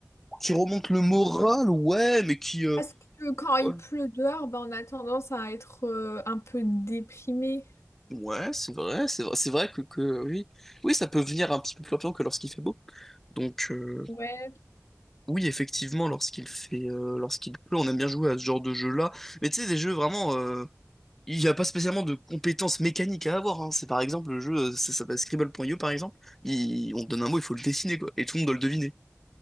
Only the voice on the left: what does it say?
Parce que quand il
pleut dehors, bah, on a tendance à être euh, un peu déprimé.
Ouais.